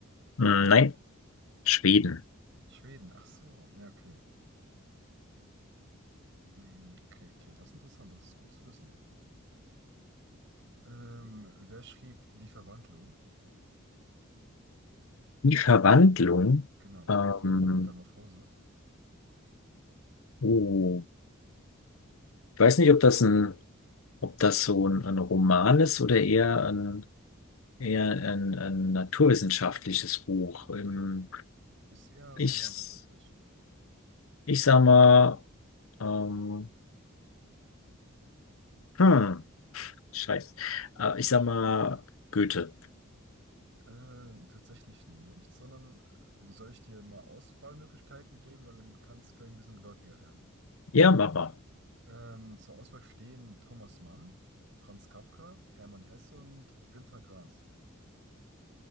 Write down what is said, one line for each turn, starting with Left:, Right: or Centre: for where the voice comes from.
Left: Hm, Nein, Schweden.
Right: Schweden, ach so, ja, okay. Hm, Okay, okay, das ist interessant, das ist gut zu wissen. Ähm, wer schrieb Die Verwandlung?
Left: Die Verwandlung.
Right: Genau,
Left: Ähm,
Right: äh, die Metamorphose.
Left: oh, ich weiß nicht, ob das ein, ob das so ein, ein Roman ist oder eher ein eher ein, ein naturwissenschaftliches Buch. Ähm,
Right: Ist eher Roman
Left: Ich,
Right: tatsächlich.
Left: ich sag mal, ähm, hm, scheiße. Äh, ich sag mal, Goethe.
Right: Äh, tatsächlich nicht, sondern äh, soll ich dir mal Auswahlmöglichkeiten geben, weil dann kann es vielleicht ein bisschen geläufiger werden.
Left: Ja, mach mal,
Right: Ähm, zur Auswahl stehen Thomas Mann, Franz Kafka, Hermann Hesse und Günter Grass.